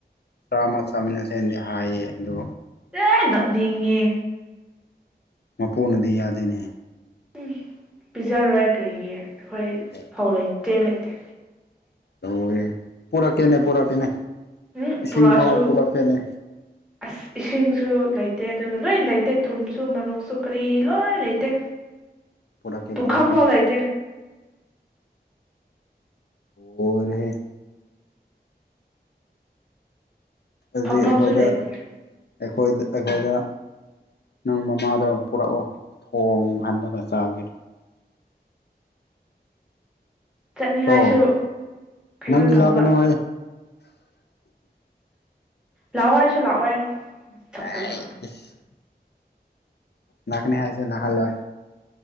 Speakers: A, on the left (about 75°); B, in the centre.
A: ꯆꯔꯥꯃ ꯆꯥꯃꯤꯟꯅꯁꯦꯅꯗꯤ ꯍꯥꯏꯌꯦ ꯑꯗꯣ
B: ꯅꫭꯛꯅꯤꯡꯉꯦ
A: ꯃꯄꯨꯅꯗꯤ ꯌꯥꯗꯦꯅꯦ
B: ꯎꯝ ꯄꯤꯖꯔꯣꯏ ꯀ꯭ꯔꯤꯒꯤ ꯑꯩꯈꯣꯏ
A: ꯑꯦ
B: ꯐꯧ ꯂꯩ ꯆꯦꯡ ꯂꯩꯇꯦ
A: ꯂꫭꯏꯔꯦꯍꯦ ꯄꯨꯔꯛꯀꯦꯅꯦ ꯄꯨꯔꯛꯀꯦꯅꯦ
B: ꯎꯝ
A: ꯏꯁꯤꯡ
B: ꯄꯨꯔꯛꯑꯁꯨ
A: ꯕꯥꯎ ꯄꯨꯂꯛꯀꯦꯅꯦ
B: ꯑꯁ ꯏꯁꯤꯡꯁꯨ ꯂꯩꯇꯦ ꯑꯗꯨꯒ ꯂꯣꯏ ꯂꯩꯇꯦ ꯊꯨꯝꯁꯨ ꯃꯣꯔꯣꯛꯁꯨ ꯀꯔꯤ ꯂꯣꯏ ꯂꯩꯇꯦ
A: <inaudible>
B: ꯄꯨꯈꯝ
A: ꯄꯨꯔꯛꯀꯦ
B: ꯐꯥꯎ ꯂꯩꯇꯦ
A: ꯂꫭꯔꯦꯍꯦ ꯑꯗꯨꯗꯤ
B: ꯐꯝꯐꯝꯁꯨ
A: ꯑꯩꯈꯣꯏꯗ
B: ꯂꯩꯇꯦ
A: ꯑꯩꯈꯣꯏ ꯑꯩꯈꯣꯏꯗ ꯅꯪ ꯃꯃꯥꯗꯣ ꯄꯨꯔꯛꯑꯣ ꯊꯣꯡ ꯍꯟꯔꯒ ꯆꯥꯒꯦ
B: ꯆꯠꯅꯤꯡꯉꯥꯏꯁꯨ
A: ꯀꯣ
B: ꯀꯩꯩꯅꯣ
A: ꯅꯪꯗꯤ
B: ꯇꯧꯕ
A: ꯂꯥꯛꯀꯅꯨꯍꯦ
B: ꯂꯥꯛꯑꯣ ꯍꯥꯏꯁꯨ ꯂꯥꯛꯑꯣꯏ ꯁꯛꯇꯨꯒ
A: ꯑꯥꯏ ꯏꯁ ꯂꯥꯛꯀꯅꯤ ꯍꯥꯏꯁꯨ ꯂꯥꯛꯍꯜꯂꯣꯏ